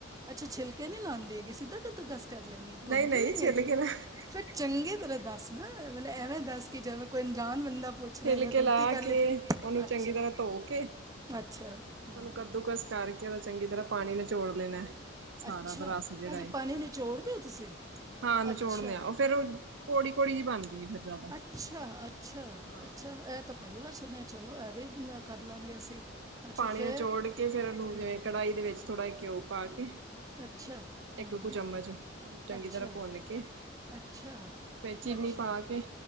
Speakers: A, on the right (about 20°); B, on the right (about 70°).
A: ਅੱਛਾ ਛਿੱਲਕੇ ਨਹੀਂ ਲਾਉਂਦੀ ਹੈਗੀ। ਸਿੱਧਾ ਕੱਦੁਕਸ ਕਰ ਲੈਣੀ ਧੋਂਂਦੇ
B: ਨਹੀਂ ਨਹੀਂ
A: ਵੀ,
B: ਛਿੱਲਕੇ
A: ਨੀ ਹੈਗੇ
B: ਲਾ
A: ਫਿਰ ਚੰਗੀ ਤਰ੍ਹਾਂ ਦੱਸ ਨਾ, ਐਵੇਂ ਦੱਸ ਕੇ ਜਿਵੇ ਕੋਈ ਅਣਜਾਨ ਬੰਦਾ। ਪੁੱਛ ਰਿਹਾ
B: ਛਿਲਕੇ
A: ਹੈਗਾ ਗਲਤੀ
B: ਲਾ,
A: ਕਰ ਲਈ
B: ਕੇ
A: ਤੇ
B: ਉਹਨੂੰ
A: ਅੱਛਾ
B: ਚੰਗੀ ਤਰ੍ਹਾਂ ਧੋ, ਕੇ
A: ਅੱਛਾ ਹੂੰ
B: ਓਨੂੰ ਕੱਦੂਕਸ ਕਰਕੇ ਉਹਦਾ ਚੰਗੀ ਤਰ੍ਹਾਂ ਪਾਣੀ ਨਚੋੜ ਲੈਣਾ। ਸਾਰਾ
A: ਅੱਛਾ
B: ਦਾ ਰਸ ਜਿਹੜਾ
A: ਅਜੇ
B: ਏ
A: ਪਾਣੀ ਨਿਚੋੜ ਦਿਓ ਤੁਸੀਂ
B: ਹਾਂ ਨਚੋੜਦੇ
A: ਅੱਛਾ
B: ਆ। ਉਹ ਫੇਰ ਕੋੜੀ-ਕੋੜੀ ਜਹੀ ਬਣਦੀ ਆ ਫਿਰ ਜ਼ਿਆਦਾ
A: ਅੱਛਾ-ਅੱਛਾ-ਅੱਛਾ
B: ਹਾਂ
A: ਇਹ ਤਾਂ, ਪਹਿਲੀ ਵਾਰ ਸੁਣਿਆ ਚਲੋ ਇਹ ਵੀ, ਕਰ ਲਾਂਗੇ ਅਸੀਂ ਅੱਛਾ
B: ਪਾਣੀ
A: ਫੇਰ
B: ਨਚੋੜ ਕੇ, ਫਿਰ ਉਹਨੂੰ
A: ਹੂੰ
B: ਜਿਵੇਂ ਕੜਾਹੀ ਦੇ, ਵਿੱਚ ਥੋੜ੍ਹਾ ਘਿਓ ਪਾ ਕੇ,
A: ਅੱਛਾ ਹੂੰ
B: ਇੱਕ ਕੁ ਚਮਚ ਉਹਨੂੰ ਚੰਗੀ
A: ਅੱਛਾ
B: ਤਰ੍ਹਾਂ ਭੁੰਨ ਕੇ,
A: ਅੱਛਾ
B: ਫਿਰ ਚੀਨੀ
A: ਅੱਛਾ
B: ਪਾ, ਕੇ